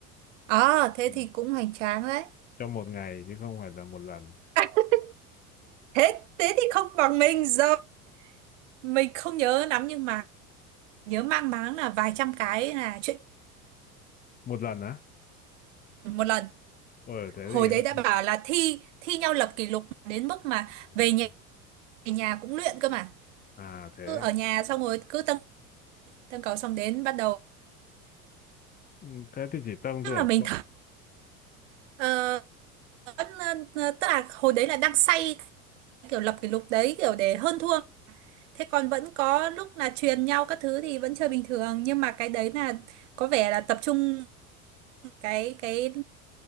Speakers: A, on the right (about 55°); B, on the left (about 20°).
A: À thế
B: ừ.
A: thì cũng hoành tráng đấy.
B: trong một ngày chứ không phải là một lần
A: <laughs> Thế thế thì không bằng mình giờ mình không nhớ lắm nhưng mà nhớ mang máng là vài trăm cái là chuyện
B: một lần á
A: một lần.
B: ờ thế
A: Hồi
B: thì
A: đấy đã bảo là thi thi nhau lập kỷ lục đến mức mà
B: Ừ.
A: về nhà về nhà cũng luyện cơ mà.
B: à thế
A: Cứ ở nhà xong rồi cứ tân tân cầu xong đến bắt đầu
B: ừ, thế thì chỉ dâng
A: tức
B: thôi
A: là
B: à
A: mình
B: Cậu-
A: thử Ờ, vẫn ờ, tức là hồi đấy là đang say kiểu lập kỷ lục đấy kiểu để hơn thua thế còn vẫn có lúc là truyền nhau các thứ thì vẫn chơi bình thường nhưng mà cái đấy là có vẻ là tập trung cái cái